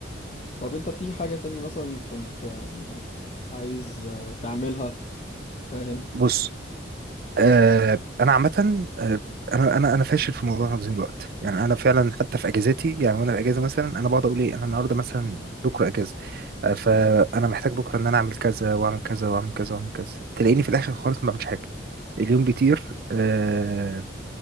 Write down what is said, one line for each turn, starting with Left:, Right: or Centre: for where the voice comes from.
Left: طب انت في حاجة تاني مثلا كنت آه، يعني عايز آه، تعملها فاهم
Right: بص آه، انا عامه آه، انا انا انا فاشل في موضوع تنظيم الوقت يعني انا فعلا حتى في اجازاتي يعني وانا في اجازه مثلا انا بقعد اقول ايه انا النهارده مثلا بكره اجازه آه، فانا محتاج بكره ان انا اعمل كذا واعمل كذا واعمل كذا واعمل كذا تلاقيني في الاخر خالص ما بعملش حاجه اليوم بيطير آه،